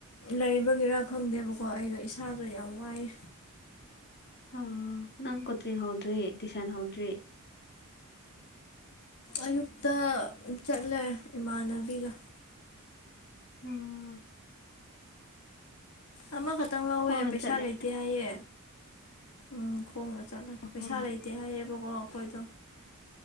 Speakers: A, on the left; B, on the left.
A: ꯂꯩꯕꯒꯤꯔ ꯈꯪꯗꯦꯕꯀꯣ ꯑꯩꯗꯣ ꯏꯁꯥꯁꯨ ꯌꯥꯝ ꯋꯥꯏꯑꯦ
B: ꯑ ꯅꯪ ꯀꯇ꯭ꯔꯤꯒ ꯍꯥꯎꯗ꯭ꯔꯤ ꯇꯁꯟ ꯍꯥꯎꯗ꯭ꯔꯤ
A: ꯑꯌꯨꯛꯇ ꯆꯠꯂꯦ ꯏꯃꯥꯟꯅꯕꯤꯒ
B: ꯎꯝ
A: ꯑꯃꯈꯛꯇꯪ ꯂꯧꯋꯦ
B: ꯈꯣꯡꯅ
A: ꯄꯩꯁꯥ
B: ꯆꯠꯂꯦ
A: ꯂꯩꯇꯦ ꯍꯥꯏꯌꯦ ꯎꯝ ꯈꯣꯡꯅ ꯆꯠꯂ ꯄꯩꯁꯥ
B: ꯑꯣ
A: ꯂꯩꯇꯦ ꯍꯥꯏꯌꯦꯕꯀꯣ ꯑꯩꯈꯣꯏꯗꯣ